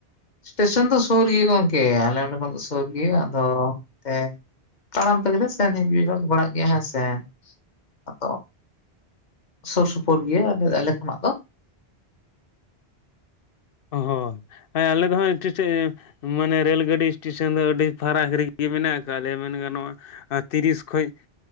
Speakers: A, on the left; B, on the left.
A: ᱥᱴᱮᱥᱚᱱ ᱫᱚ ᱥᱳᱨ ᱜᱮᱭᱟ ᱜᱚᱝᱠᱮ ᱟᱞᱮ ᱱᱚᱸᱰᱮ ᱠᱷᱚᱱ ᱫᱚ ᱥᱳᱨ ᱜᱮᱭᱟ ᱟᱫᱚ ᱮᱱᱛᱮ ᱛᱟᱲᱟᱢ ᱛᱮ ᱜᱮᱞᱮ ᱥᱮᱱ ᱦᱮᱡ <unintelligible> ᱵᱟᱲᱟᱜ ᱜᱮᱭᱟ ᱦᱮᱸ ᱥᱮ ᱟᱫᱚ ᱥᱳᱨ ᱥᱳᱯᱳᱨ ᱜᱮᱭᱟ ᱟᱞᱮ ᱠᱷᱚᱱᱟᱜ ᱫᱚ᱾
B: ᱦᱳᱭ ᱟᱞᱮ ᱫᱚ ᱦᱟᱸᱜ <unintelligible> ᱢᱟᱱᱮ ᱨᱮᱻᱞ ᱜᱟᱹᱰᱤ ᱮᱥᱴᱮᱥᱚᱱ ᱫᱚ ᱟᱹᱰᱤ ᱯᱷᱟᱨᱟᱠ ᱨᱮᱜᱮ ᱢᱮᱱᱟᱜ ᱠᱟᱜ-ᱟ ᱞᱮᱭᱟ ᱢᱮᱱ ᱜᱟᱱᱚᱜᱼᱟ᱾ ᱟᱸ ᱛᱤᱨᱤᱥ ᱠᱷᱚᱪ